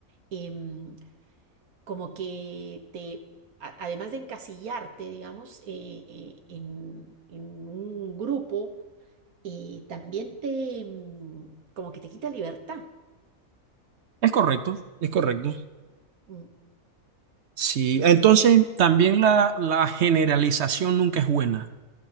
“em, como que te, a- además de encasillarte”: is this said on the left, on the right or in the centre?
Right